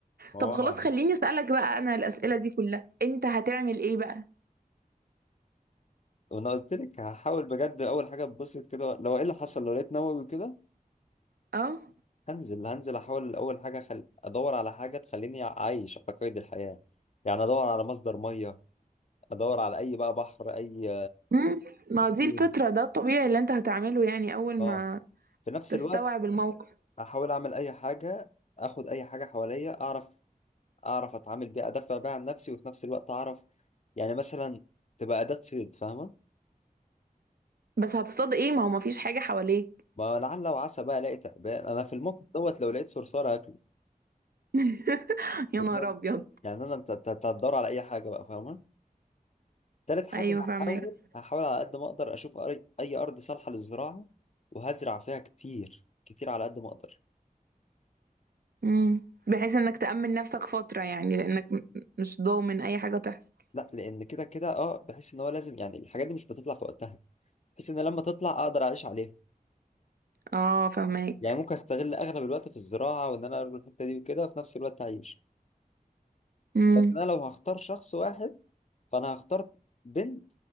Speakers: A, on the left; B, on the right.
A: ما
B: طب
A: هو
B: خلاص خليني اسالك بقى انا الاسئله دي كلها انت هتعمل ايه بقى
A: وانا قلت لك هحاول بجد اول حاجه اتبسط كده لو ايه اللي حصل لو لقيت نووي كده
B: اه
A: هنزل هنزل احاول اول حاجه خل... ادور على حاجه تخليني عايش على قيد الحياه يعني ادور على مصدر ميه ادور على اي بقى بحر اي
B: امم ما هو دي
A: نيل
B: الفطره ده الطبيعي اللي انت هتعمله يعني اول
A: اه
B: ما
A: في نفس
B: تستوعب
A: الوقت
B: الموقف
A: احاول اعمل اي حاجه اخد اي حاجه حواليا اعرف اعرف اتعامل بيها ادافع بيها عن نفسي وفي نفس الوقت اعرف يعني مثلا تبقى اداه صيد فاهمه
B: بس هتصطاد ايه ما هو مفيش حاجه حواليك
A: ما لعل وعسى بقى الاقي تعبان انا في الموقف دوت لو لقيت صرصار هاكله
B: <laughs> يا
A: بجد
B: نهار ابيض
A: يعني انا انت أنت- أنت هتدور على اي حاجه بقى فاهمه تالت حاجة
B: ايوه
A: هحاول
B: فاهمك
A: هحاول على قد ما أقدر أشوف أر- أي أرض صالحة للزراعة وهزرع فيها كتير كتير على قد ما أقدر
B: امم بحيث انك تأمن نفسك فترة يعني لانك م- مش ضامن اي حاجة تحصل
A: لا لأن كده كده أه بحس إن هو لازم يعني الحاجات دي مش بتطلع في وقتها بحس إن لما تطلع أقدر أعيش عليها
B: اه فهماك
A: يعني ممكن أستغل أغلب الوقت في الزراعة وإن أنا أروح الحتة دي وكده وفي نفس الوقت أعيش
B: امم
A: لكن أنا لو هختار شخص واحد فأنا هختار بنت